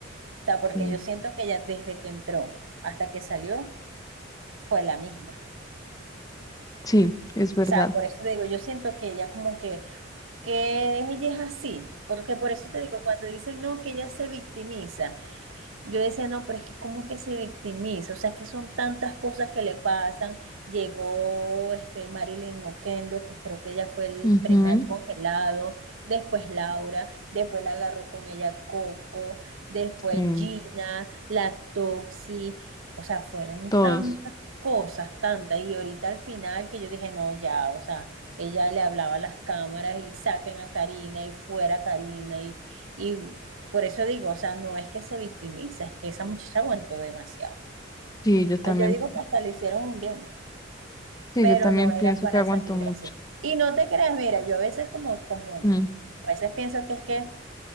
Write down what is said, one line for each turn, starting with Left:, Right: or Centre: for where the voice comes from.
Right: O sea, porque
Left: Sí,
Right: yo siento que ella desde que entró hasta que salió fue la misma.
Left: sí, es verdad.
Right: O sea, por eso te digo, yo siento que ella como que que ella es así, porque por eso te digo, cuando dicen no, que ella se victimiza, yo decía, no, pero es que como que se victimiza, o sea, es que son tantas cosas que le pasan. Llegó este Marilyn Oquendo, que creo que ella fue el
Left: Ujú,
Right: primer
Left: ujú,
Right: congelado, después Laura, después la agarró con ella Coco, después
Left: Sí,
Right: Gina, la Toxi, o sea, fueron
Left: todos.
Right: tantas cosas, tantas. Y ahorita al final que yo dije, no, ya, o sea, ella le hablaba a las cámaras y saquen a Karina y fuera Karina y, y por eso digo, o sea, no es que se victimiza, es que esa muchacha aguantó demasiado.
Left: Sí, yo también,
Right: Ah, Yo digo que hasta le hicieron un bien,
Left: sí,
Right: pero
Left: yo también
Right: no
Left: pienso
Right: era para
Left: que aguantó
Right: salir
Left: mucho.
Right: así. Y no te creas, mira, yo a veces como, como,
Left: Mm,
Right: a veces pienso que es que,